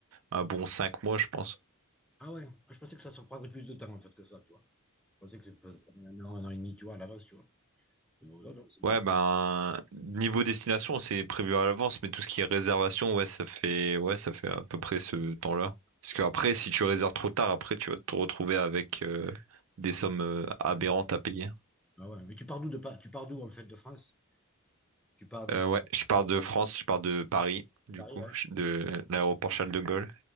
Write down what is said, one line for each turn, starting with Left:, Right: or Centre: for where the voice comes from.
Right: un bon cinq mois, je pense.
Centre: Ah ouais, Ah, je pensais que ça se prendrait plus de temps en fait que ça, tu vois. Je pensais que c'est peut- un an, un an et demi, tu vois, à l'avance, tu vois. Mais bon, non, non, c'est
Right: Ouais,
Centre: bien.
Right: ben, niveau destination, c'est prévu à l'avance, mais tout ce qui est réservation, ouais, ça fait, ouais, ça fait à peu près ce temps-là. Parce qu'après, si tu réserves trop tard, après, tu vas te retrouver avec euh, des sommes euh, aberrantes à payer.
Centre: Ah ouais, mais tu pars d'où de pas... Tu pars d'où en fait de France? Tu pars de
Right: Euh, ouais, je pars de France, je pars de Paris,
Centre: de
Right: du
Centre: Paris,
Right: coup,
Centre: ouais.
Right: je- de l'aéroport Charles de Gaulle,